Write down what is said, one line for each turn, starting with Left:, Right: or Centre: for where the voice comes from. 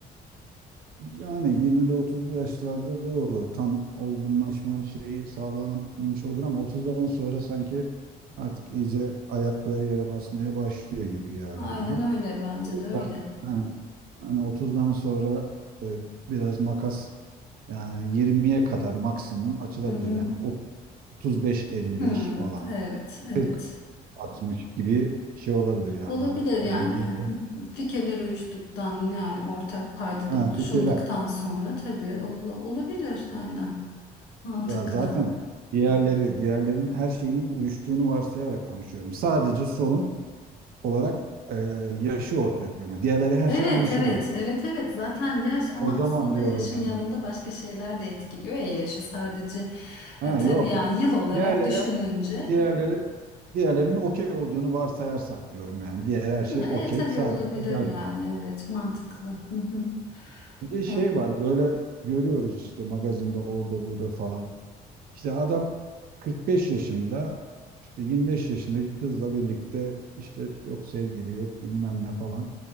Right: Yani 20'li 30'lu yaşlarda doğru tam olgunlaşma şeyi sağlanmış olabilir ama 30'dan sonra sanki artık iyice ayakları yere basmaya başlıyor gibi geldi
Left: Aynen
Right: bana.
Left: öyle bence de öyle.
Right: Yani, hani, hani 30'dan sonra e, biraz makas yani 20'ye kadar maksimum açılabilir.
Left: Hı hı.
Right: Yani 35-55
Left: Hı,
Right: falan
Left: evet, evet.
Right: 40-60 gibi şey olabilir yani
Left: Olabilir
Right: artık.
Left: yani.
Right: Yani iyice
Left: Hı hı. Fikirler uyuştuktan yani ortak paydada
Right: ha,
Left: buluşulduktan
Right: fikirler
Left: sonra tabii ol- olabilir aynen. Mantıklı.
Right: Ya zaten diğerleri, diğerlerin her şeyinin uyuştuğunu varsayarak konuşuyorum. Sadece sorun olarak e, yaşı ortaya koyuyorum. Yani Diğerleri her
Left: Evet
Right: şey anlaşılıyor.
Left: evet evet evet zaten yaş ama
Right: O zaman
Left: aslında
Right: diyorum
Left: yaşın
Right: yani.
Left: yanında başka şeyler de etkiliyor ya yaşı sadece
Right: Ha,
Left: e, tabii
Right: yok.
Left: yani
Right: yok.
Left: yıl olarak
Right: Diğerleri,
Left: düşününce
Right: diğerleri, diğerlerinin okey olduğunu varsayarsak diyorum yani. Diğer her
Left: Hı,
Right: şey
Left: e,
Right: okey.
Left: tabii
Right: Sadece
Left: olabilir
Right: yaş
Left: yani
Right: var.
Left: evet mantıklı. Hı hı.
Right: Bir de şey
Left: E.
Right: var böyle görüyoruz işte magazinde orada burada falan. İşte adam 45 yaşında işte 25 yaşındaki kızla birlikte işte yok sevgili yok bilmem ne falan.